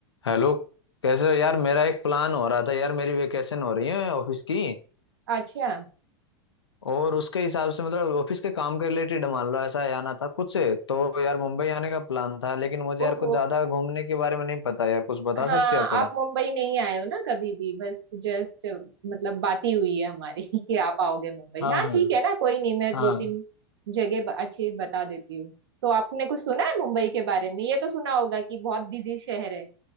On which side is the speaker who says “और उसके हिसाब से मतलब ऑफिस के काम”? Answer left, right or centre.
Left